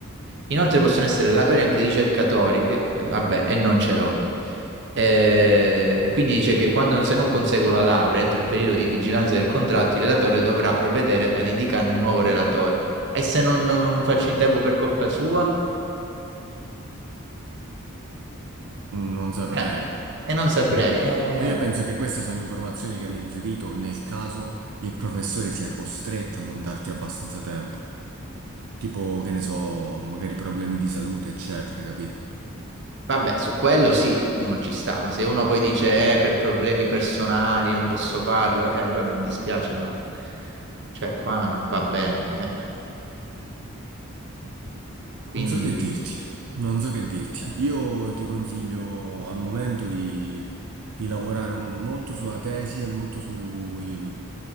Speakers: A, on the right; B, on the right.
A: Inoltre possono essere relatori anche ricercatori, che, eh, vabbè, e non ce l'ho. E quindi dice che quando, se non conseguo la laurea entro il periodo di vigilanza del contratto, il relatore dovrà provvedere ad indicarne un nuovo relatore. E se non, non- non faccio in tempo per colpa sua?
B: Mm, Non saprei.
A: Eh, e non saprei.
B: Ah,
A: Eh,
B: E io penso che queste sono informazioni che hanno inserito nel caso il professore sia costretto a non darti abbastanza tempo. Tipo, che ne so, magari problemi di salute, eccetera, capito?
A: vabbè, su quello sì, uno ci sta, ma se uno poi dice, eh, per problemi personali non posso farlo, eh, allora mi dispiace, ma cioè, qua non va bene. eh. Quindi...
B: Non so che dirti, non so che dirti.
A: eh.
B: Io ti consiglio al momento di, di lavorare un- molto sulla tesi e molto sulle